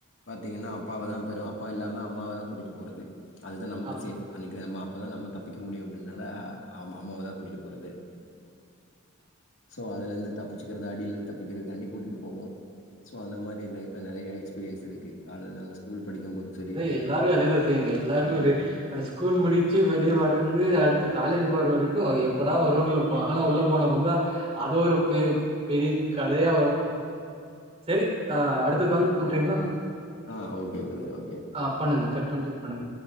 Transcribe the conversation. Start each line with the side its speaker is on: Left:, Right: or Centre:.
Left: பாத்தீங்கன்னா அப்பாவ தா பெரு அப்பா இல்லாம அம்மாவ தா கூட்டிட்டு போறது அதுதா நமக்கு
Right: ஆமா
Left: சேஃப் அன்னைக்கு நம்ம இப்பதா நம்ம தப் பிக்க முடியும் அப்பிடினால அம் அம்மோவ தா கூட்டிட்டு போறது சோ அதுலந்து தப்புச்சுக்கறது அடியிலந்து தப்பிக்கிறதுக்காண்டி கூட்டிட்டு போவோ சோ அந்த மாரி ஃலைப்ல நெறைய எக்ஸ்பீரியன்ஸ் இருக்கு கால் நாங்க ஸ்கூல் படிக்கும்போதும்
Right: அப்பிடியே
Left: சரி.
Right: எல்லாரு அதேதா சேம் எல்லாருக்கு
Left: ம்.
Right: ஒரு அந்த ஸ்கூல் முடிச்சி வெளியே வர இருந்து அடுத்து காலேஜ் போற வரைக்கு எப்படா வரும்னுப்போ ஆனா உள்ள போனப்பதா அது ஒரு பெ பெரிய கதையா வரு செரி ஆ அடுத்த கால் பண்றீங்களா
Left: ஆ ஓகே ப்ரதர் ஓ
Right: ஆ பண்ணுங்க கட் பண்ட்டு பண்ணுங்க